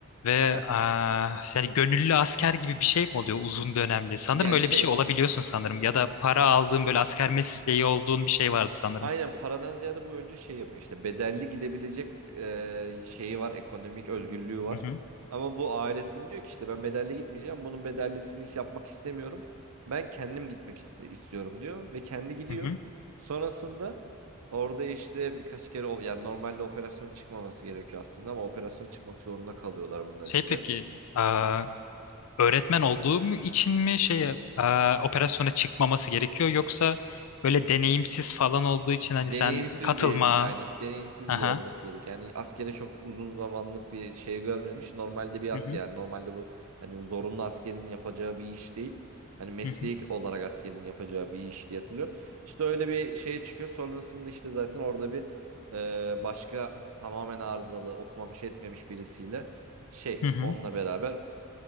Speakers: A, on the left; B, on the right.
A: ve
B: Aa,
A: aa, yani gönüllü asker gibi bir şey mi oluyor uzun dönemli? Sanırım
B: Yani
A: öyle
B: şey
A: bir şey olabiliyorsun sanırım ya da para aldığın böyle asker mesleği olduğun bir şey vardı sanırım.
B: aynen paradan ziyade bu önce şey yapıyor. işte bedelli gidebilecek e, şeyi var. Ekonomik özgürlüğü var.
A: Hı hı,
B: Ama bu ailesine diyor ki işte ben bedelli gitmeyeceğim. Bunun bedellisini hiç yapmak istemiyorum. Ben kendim gitmek iste- istiyorum diyor. Ve kendi gidiyor.
A: hı hı.
B: Sonrasında Orada işte birkaç kere o- yani normalde operasyon çıkmaması gerekiyor aslında ama operasyon çıkmak zorunda kalıyorlar bunlar
A: Şey
B: işte.
A: peki aa, öğretmen olduğum için mi şeye aa, operasyona çıkmaması gerekiyor yoksa böyle deneyimsiz falan olduğu için hani
B: Deneyimsiz
A: sen katılma.
B: diye bil aynen deneyimsiz
A: Aha.
B: diye olması gerek. Yani askere çok uzun zamanlık bir şey görmemiş. Normalde bir asker
A: Hı hı,
B: yani normalde bu hani zorunlu askerin yapacağı bir iş değil. Hani mesleki
A: hı hı,
B: olarak askerin yapacağı bir iş diye hatırlıyorum. İşte öyle bir şeye çıkıyor. Sonrasında işte zaten orada bir e, başka tamamen arızalı okumamış etmemiş birisiyle şey
A: hı hı.
B: onunla beraber